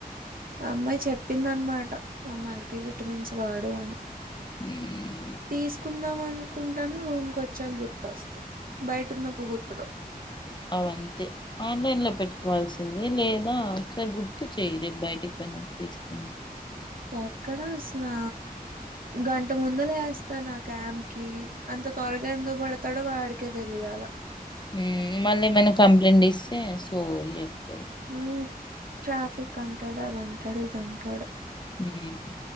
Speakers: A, on the right; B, on the left.
A: అమ్మాయి చెప్పింది అనమాట. మల్టీ విటమిన్స్ వాడు అని,
B: ఏ
A: తీసుకున్నాం అను, కుంటాను రూమ్ వచ్చాకా గుర్తుస్తే బయటన్నప్పు గుర్తు రావు,
B: అవంతే ఆన్లైన్ లో పెట్టుకోవాల్సింది. లేదా ఒకసారి గుర్తు చేయడి బయటికి వెన తీసుకుని,
A: ఎక్కడా అసలు గంట ముందు. లేస్తాను ఆ క్యాంప్ కి అంత త్వరగా. ఎందు పడతాడో వాడికే తెలియాల,
B: హు మళ్ళీ ఏమైనా కంప్లైంట్ ఇస్తే సోది చెప్తా,
A: హు ట్రాఫిక్ అంటాడు అది అంటాడు ఇది అంటాడు,
B: ఉమ్,